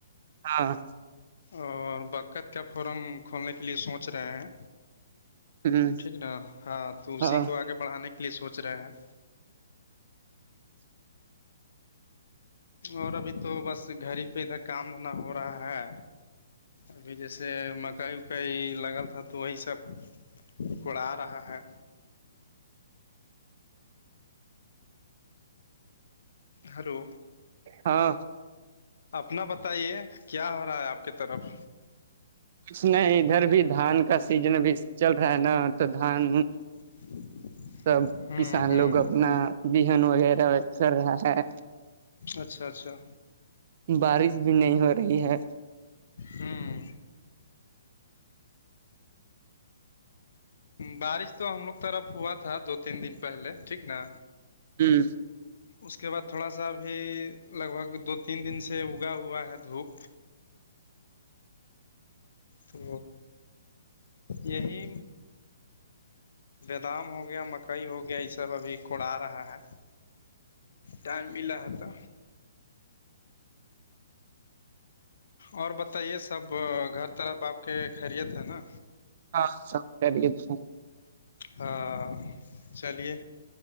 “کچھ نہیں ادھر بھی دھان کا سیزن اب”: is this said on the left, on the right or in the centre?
Right